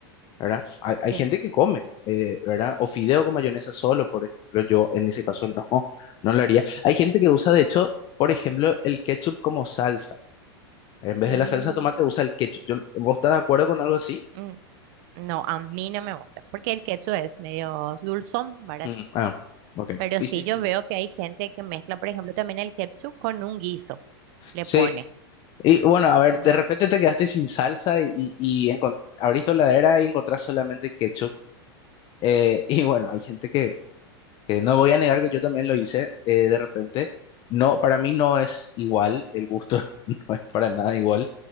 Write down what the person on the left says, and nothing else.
¿verdad? Hay, hay
gente que come, eh, ¿verdad? O fideo con mayonesa solo, por ejemplo, yo en ese caso no, <laughs> no lo haría. Hay gente que usa, de hecho, por ejemplo, el ketchup como salsa. En vez
de la salsa de tomate usa el ketchup. Yo- ¿vos estás de acuerdo con algo así?
Mm, ah, ok.
Y
Sí,
sí.
Sí,
y bueno, a ver,
de repente te quedaste sin salsa y, y, y encon- abrís tu heladera y encontrás solamente ketchup. Eh, <laughs> y bueno, hay gente que Eh, no voy a negar que yo también lo hice eh, de repente. No, para mí no es igual, el gusto <laughs> no es para nada igual,